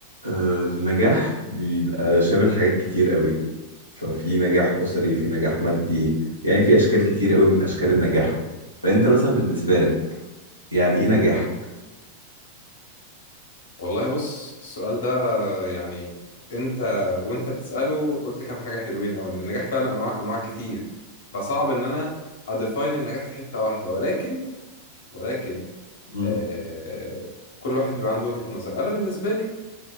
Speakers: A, on the right; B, on the left.
A: آه، النجاح بيبقى شامل حاجات كتير قوي ففي نجاح أسري في نجاح مادي يعني في أشكال كتير قوي من أشكال النجاح فأنت مثلا بالنسبة لك يعني إيه نجاح؟
B: والله بص السؤال ده يعني انت وانت بتسأله قلت كام حاجة حلوين قوي ان النجاح فعلا انواع انواع كتير فصعب ان انا اديفاين النجاح في حتة واحدة ولكن ولكن
A: مم.
B: آه كل واحد بيبقى عنده وجهة نظر انا بالنسبة لي